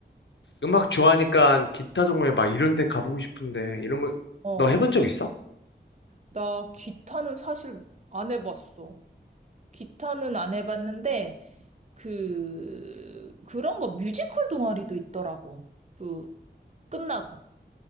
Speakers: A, on the left; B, on the right.
A: 음악 좋아하니까 기타 동호회 막 이런 데 가보고 싶은데, 이런 거,
B: 어,
A: 너 해본 적 있어?
B: 나 기타는 사실 안 해봤어. 기타는 안 해봤는데, 그, 그런 거 뮤지컬 동아리도 있더라고. 그, 끝나고.